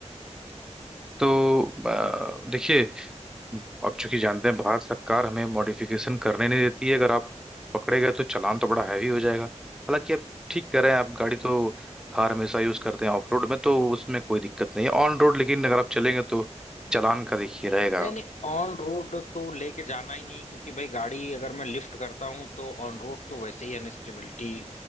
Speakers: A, in the centre; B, on the left.
A: तो अ, देखिए अब चूंकि जानते हैं भारत सरकार हमें मॉडिफिकेशन करने नहीं देती है अगर आप पकड़े गए तो चालान तो बड़ा हैवी हो जाएगा हालांकि आप ठीक कह रहे हैं आप गाड़ी तो थार हमेशा यूज करते हैं ऑफ रोड में तो उसमें कोई दिक्कत नहीं है ऑन रोड लेकिन अगर आप चलेंगे तो चालान का देखिए रहेगा
B: नहीं नहीं ऑन रोड तो लेके जाना ही नहीं क्योंकि भाई गाड़ी अगर मैं लिफ्ट करता हूँ तो ऑन रोड तो वैसे ही अनस्टेबिलिटी